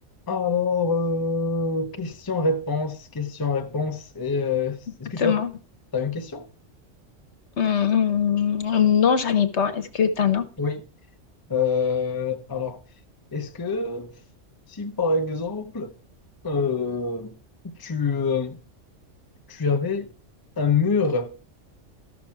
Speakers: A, on the left; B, on the left.
A: Alors, euh, question-réponse, question-réponse. Et euh,
B: Exactement.
A: est-ce que tu as, t'as une question?
B: Hum, hum, non, j'en ai pas. Est-ce que t'en as?
A: Oui. Euh, alors, est-ce que si par exemple euh, tu, euh, tu avais un mur